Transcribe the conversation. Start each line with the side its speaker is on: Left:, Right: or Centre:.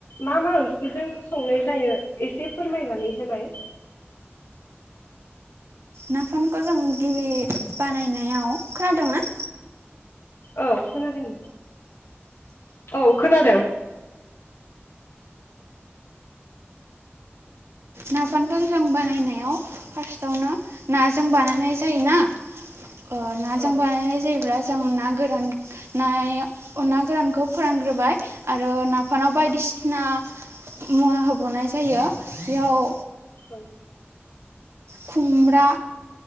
Left: मा मा ओंख्रिजों संनाय जायो एसे फोरमायनानै होनाय
Right: नाफामखौ जों गिबि बानायनायाव खोनादों ना?
Left: औ खोनादों। औ खोनादों।
Right: नाफामफोर जों बानायनायाव फार्स्टआवनो नाजों बानायनाय जायोना? ओ नाजों
Left: औ
Right: बानायनाय जायोब्ला जों ना गोरान नाय ना गोरानखौ फोरानग्रोबाय आरो ना <unintelligible> बायदिसिना
Left: औ
Right: मुवा होबावनाय जायो। बेयाव
Left: औ
Right: खुमब्रा